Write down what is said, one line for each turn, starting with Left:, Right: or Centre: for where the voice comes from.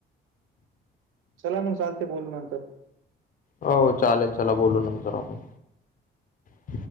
Right: चला मग चालते बोलू नंतर <inaudible>
Left: हो चालेल चला बोलू नंतर आपण <inaudible>